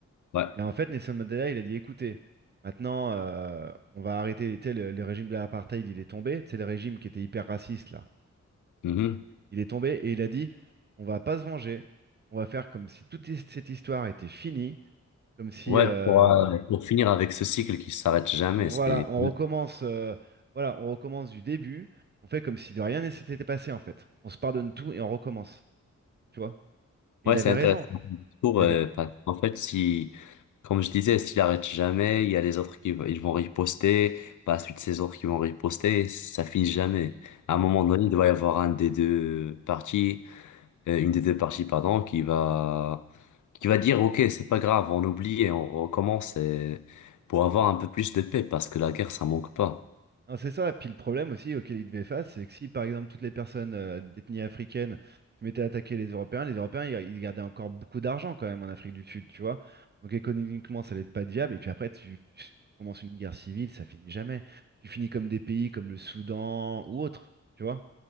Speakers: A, on the left; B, on the right.
A: Ouais.
B: Et en fait, Nelson Mandela, il a dit, écoutez, maintenant, euh, on va arrêter, tu sais, le, le régime de l'apartheid, il est tombé, c'est le régime qui était hyper raciste, là.
A: Mhm.
B: Il est tombé et il a dit, on va pas se venger, on va faire comme si toute his- cette histoire était finie, comme si,
A: Ouais,
B: euh,
A: pour, euh, pour finir avec ce cycle qui s'arrête jamais,
B: voilà,
A: c'est...
B: on recommence, euh, voilà, on recommence du début, on fait comme si de rien ne s'était passé, en fait. On se pardonne tout et on recommence, tu vois. Et
A: Ouais,
B: il avait
A: c'est intéressant.
B: raison.
A: le discours,
B: Il avait,
A: euh, parce qu'en fait, si, comme je disais, s'il arrête jamais, il y a les autres qui vont- ils vont riposter, par la suite, ces autres qui vont riposter, ça finit jamais. À un moment donné, il doit y avoir un des deux parties, euh, une des deux parties, pardon, qui va, qui va dire, OK, c'est pas grave, on oublie et on recommence et- pour avoir un peu plus de paix, parce que la guerre, ça manque pas.
B: Non, c'est ça. Puis le problème aussi auquel ils devaient face, c'est que si par exemple toutes les personnes euh, d'ethnie africaine se mettaient à attaquer les Européens, les Européens ils, ils gardaient encore beaucoup d'argent quand même en Afrique du Sud, tu vois. Donc économiquement ça allait être pas viable. Et puis après tu, tu- si tu commences une guerre civile, ça finit jamais. Tu finis comme des pays comme le Soudan ou autre, tu vois.